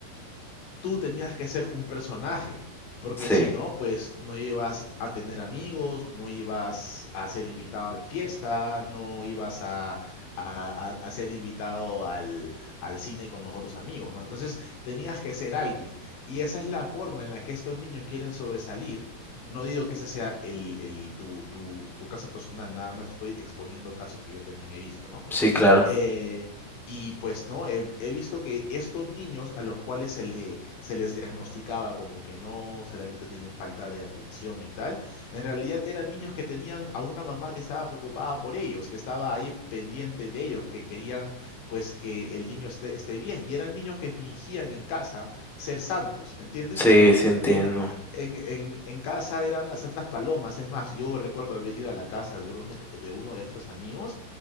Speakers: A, on the left; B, in the centre.
A: tú tenías que ser un personaje, porque
B: Sí,
A: si no, pues no ibas a tener amigos, no ibas a ser invitado a la fiesta, no ibas a, a- a- a ser invitado al, al cine con los otros amigos, ¿no? Entonces tenías que ser alguien. Y esa es la forma en la que estos niños quieren sobresalir. No digo que ese sea el, el- tu, tu, tu caso personal, nada más estoy exponiendo casos que yo también he visto, ¿no?
B: sí, claro.
A: Eh, y pues no, he, he visto que estos niños a los cuales se les, se les diagnosticaba como que no, solamente tienen falta de atención y tal, en realidad eran niños que tenían a una mamá que estaba preocupada por ellos, que estaba ahí pendiente de ellos, que querían pues que el niño esté, esté bien. Y eran niños que fingían en casa ser santos, ¿me entiendes?
B: Sí, sí entiendo.
A: En, en, en, en casa eran las santas palomas. Es más, yo recuerdo haber ido a la casa de uno de uno de estos amigos